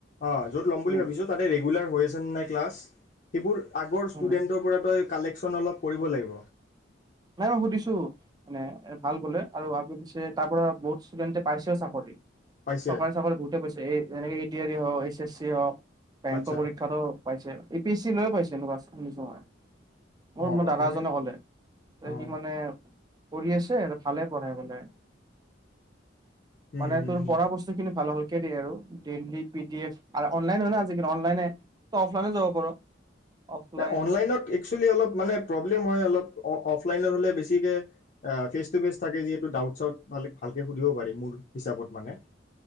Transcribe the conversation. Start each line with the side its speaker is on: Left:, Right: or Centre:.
Left: অ' য'ত ল'ম বুলি
Right: উম
Left: ভাবিছ তাতে ৰেগুলাৰ হৈ আছেনে নাই ক্লাছ সিবোৰ আগৰ ষ্টুডেণ্টৰ
Right: উম
Left: পৰা তই কালেক অলপ কৰিব লাগিব।
Right: নাই, মই সুধিছোঁ, মানে, ভাল বোলে। আৰু আগে-পিছে তাৰ পৰা বহুত ষ্টুডেণ্টে পাইছেও চাকৰি।
Left: পাইছে
Right: চৰকাৰী চাকৰি বহুতে পাইছে। যেনেকে এ, এডিআৰই, হ এছ <unintelligible> বেংকৰ
Left: আচ্ছা
Right: পৰীক্ষাতো পাইছে। এপিএছচি লৈয়ো পাইছে। ল'ৰা-ছো শুনিছোঁ মই অহ্
Left: অঁ
Right: মোৰ দাদা
Left: তেনে
Right: এজনে ক'লে। এ
Left: অঁ
Right: সি মানে পঢ়ি আছে আৰু ভালে পঢ়ায় বোলে।
Left: হুম
Right: মানে
Left: হুম
Right: তোৰ
Left: হুম।
Right: পঢ়া বস্তুখিনি <unintelligible> খেদি আৰু দেলহী পি ডি এফ আৰু অনলাইন হয় ন আজিকালি অনলাইন হে, তই অফলাইনো যাব পাৰ। অফলাইন
Left: এ অনলাইনত একচুৱেলী অলপ মানে প্ৰ'ব্লেম হয় অলপ, অ-অফ <unintelligible> লাইনৰ হ'লে বেছিকে ফেচ টু ফেচ থাকে যিহেতু ডাউট চাউট ভাল-ভালকে সুধিব পাৰি মোৰ হিচাপত মানে।